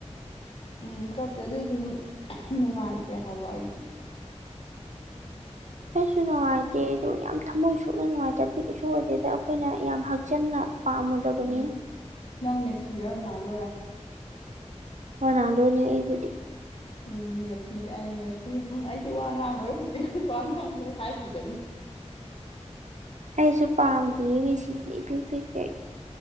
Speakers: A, on the left; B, on the right.
A: ꯎꯝ ꯀꯞꯇꯦ ꯑꯗꯨꯏꯁꯨ ꯑꯗꯨꯝ ꯅꯨꯡꯉꯥꯏꯇꯦ ꯍꯥꯏꯕ ꯑꯩꯗꯤ
B: ꯑꯩꯁꯨ ꯅꯨꯡꯉꯥꯏꯇꯦ ꯑꯗ ꯌꯥꯝ ꯊꯝꯃꯣꯏ ꯁꯣꯛꯅ ꯅꯨꯡꯉꯥꯏꯇꯕꯗꯤ ꯀꯁꯨ ꯑꯣꯏꯗꯦꯗ ꯑꯩꯈꯣꯏꯅ ꯌꯥꯝ ꯍꯛꯆꯤꯟꯅ ꯄꯥꯝꯃꯨꯗꯕꯅꯤꯅ
A: ꯎꯝ ꯅꯪ ꯃꯦꯁꯤꯔ ꯔꯣꯅꯥꯜꯗꯣꯔ
B: ꯔꯣꯅꯦꯜꯗꯣꯅꯦ ꯑꯩꯕꯨꯗꯤ
A: ꯎꯝ ꯅꯦꯜꯁꯤꯗ ꯑꯩ ꯅꯦꯜꯁꯤ ꯎꯝ ꯑꯩꯗꯤ ꯋꯥ ꯉꯥꯡꯉꯣꯏ ꯍꯧꯖꯤꯛ ꯋꯥ ꯉꯥꯡꯉꯣꯏ ꯍꯥꯏꯈꯤꯕꯅꯤ
B: ꯑꯩꯁꯨ ꯄꯥꯝꯗꯤꯌꯦ ꯃꯦꯁꯤꯗꯤ ꯢꯄꯤꯛ ꯄꯤꯛꯀꯩ